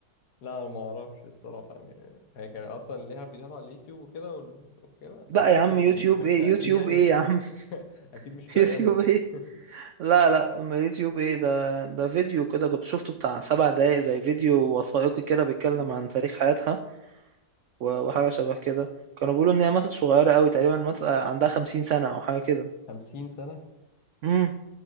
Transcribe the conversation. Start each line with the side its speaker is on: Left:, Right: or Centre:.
Left: لا أنا ما اعرفش الصراحه يعني هي كان اصلا ليها فيديوهات على اليوتيوب وكده وال- وكده
Right: بقى
Left: اكيد
Right: يا عم
Left: مش
Right: يوتيوب
Left: مش في...
Right: ايه
Left: <laughs>
Right: يوتيوب
Left: اكيد يعني
Right: ايه يا عم
Left: <laughs> اكيد مش
Right: <laughs>
Left: في
Right: يوتيوب
Left: ايامهم يعني
Right: ايه
Left: <laughs>
Right: لا لا ما يوتيوب ايه ده ده فيديو كده كنت شفته بتاع سبع دقايق زي فيديو وثائقي كده بيتكلم
Left: مم.
Right: عن تاريخ حياتها و- وحاجة شبه كده كانوا بيقولوا ان هي ماتت صغيرة قوي تقريبا ماتت آه، عندها خمسين سنة او حاجة كده
Left: 50 سنه
Right: امم